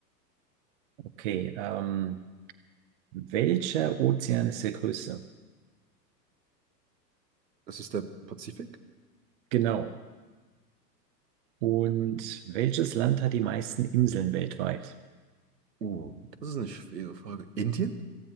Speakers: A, on the right (about 45°); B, on the right (about 75°).
A: Okay. Ähm, welcher Ozean ist der größte?
B: es ist der Pazifik.
A: Genau. Und welches Land hat die meisten Inseln weltweit?
B: Oh, das ist eine schwere Frage. Indien?